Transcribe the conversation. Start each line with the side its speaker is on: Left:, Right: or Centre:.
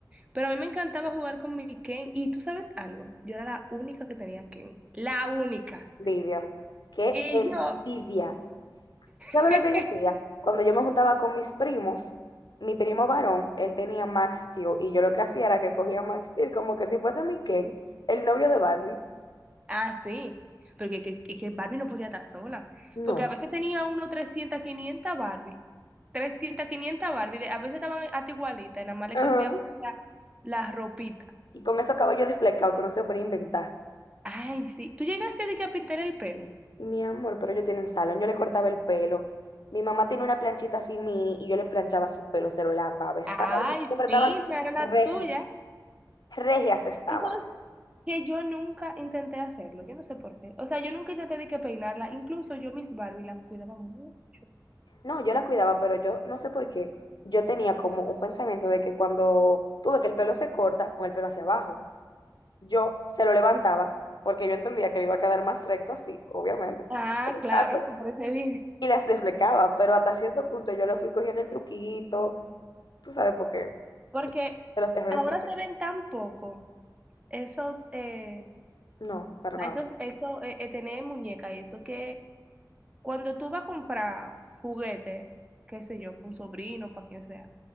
Right: Pero a mí me encantaba jugar con mi Ken. Y tú sabes algo, yo era la única que tenía Ken. La única.
Left: Envidia. Qué
Right: Y
Left: envidia.
Right: yo,
Left: ¿Sabes
Right: <laughs>
Left: lo que yo hacía? Cuando yo me juntaba con mis primos, mi primo varón, él tenía Max Steel y yo lo que hacía era que cogía Max Steel como que si fuese mi Ken, el novio de Barbie.
Right: ah, sí, porque que, que- que Barbie no podía estar sola.
Left: No.
Right: Porque a veces tenía uno 300 500 Barbie. trescientas quinientas Barbie. de- A veces estaban hasta igualitas, y nada más le
Left: Ajá.
Right: cambiaban la, la ropita.
Left: Y con esos cabellos deflecados que no se pueden inventar.
Right: Ay, sí. ¿Tú llegaste de que a pintar el pelo?
Left: Mi amor, pero yo tenía un salón, yo le cortaba el pelo. Mi mamá tenía una planchita así mini y yo le planchaba su pelo, se lo lavaba, besaba.
Right: Ay,
Left: Y siempre estaban
Right: fina, era la
Left: regias,
Right: tuya.
Left: regias estaban.
Right: Tú sabes que yo nunca intenté hacerlo, yo no sé por qué. O sea, yo nunca intenté de que peinarla, incluso yo mis Barbie la cuidaba mucho.
Left: No, yo la cuidaba, pero yo no sé por qué. Yo tenía como un pensamiento de que cuando tuve que el pelo se corta, con el pelo hacia abajo, yo se lo levantaba porque yo entendía que le iba a quedar más recto así, obviamente,
Right: Ah,
Left: en el
Right: claro,
Left: caso.
Right: me parece bien.
Left: Y las deflecaba, pero hasta cierto punto yo le fui cogiendo el truquito, tú sabes, porque
Right: Porque
Left: de los errores
Right: ahora
Left: se aprende.
Right: se ven tan poco esos, eh,
Left: No, para
Right: o sea,
Left: nada.
Right: esos, eso, eh, eh, tener muñeca y eso, que cuando tú vas a comprar juguete, qué sé yo, para un sobrino, para quien sea,